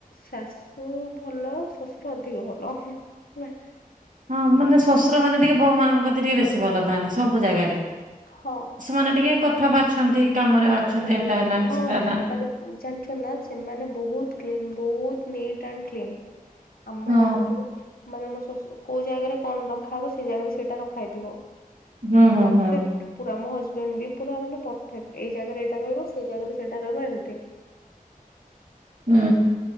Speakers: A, on the left; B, on the right.
A: ଶାଶୁ ଭଲ ଶଶୁର ଅଧିକ ଭଲ ହେଲା।
B: ହଁ ମାନେ ଶ୍ୱଶୁର ମାନେ ଟିକେ ବୋହୁ ମାନଙ୍କ ପ୍ରତି ଟିକେ ବେଶୀ ଭଲ ଥାନ୍ତି ସବୁ ଜାଗାରେ
A: ହଁ।
B: ମାନେ ଟିକେ କଥା ବାଛନ୍ତି କାମରେ ବାଛନ୍ତି
A: ହୁଁ
B: ଏଟା ହେଲାନି
A: ହଁ
B: ସେଟା ହେଲାନି
A: ମାନେ ଜାଣିଛ ନା ସେମାନେ ବହୁତ କ୍ଲିନ ବହୁତ ନିଟ୍ ଆଣ୍ଡ କ୍ଲିନ ଆମ
B: ହଁ।
A: ଘରଠୁ ମାନେ ମୋ ଶଶୁ କୋଉ ଜାଗାରେ କଣ ରଖାହବ ସେ ଜାଗାରେ ସେଇଟା ରଖା ହେଇଥିବ।
B: ହୁଁ ହୁଁ
A: ପରଫେକ୍ଟ
B: ହୁଁ
A: ପୁରା ମୋ ହଜବେଣ୍ଡ ବି ପୁରା ମାନେ ପରଫେକ୍ଟ ଏ ଏଜାଗାରେ ଏଇଟା ରହିବ ସେଇ ଜାଗାରେ ସେଇଟା ରହିବ ଏମିତି
B: ହୁଁ।